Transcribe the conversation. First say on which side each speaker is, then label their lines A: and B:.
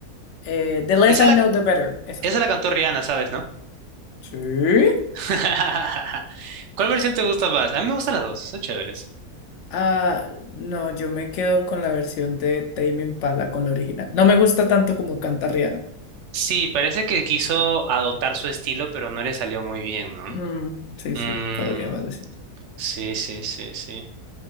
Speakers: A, on the left; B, on the right.
A: eh, The Less
B: Esa
A: I
B: la,
A: Know, The Better. Esa.
B: Esa la cantó Rihanna, ¿sabes, no?
A: Sí.
B: <laughs> ¿Cuál versión te gusta más? A mí me gustan las dos, son chéveres.
A: Ah, no, yo me quedo con la versión de Tame Impala, con la original. No me gusta tanto como canta Rihanna.
B: Sí, parece que quiso adoptar su estilo, pero no le salió muy bien, ¿no?
A: Mm, sí,
B: Mm,
A: sí, podríamos decir.
B: sí, sí, sí, sí.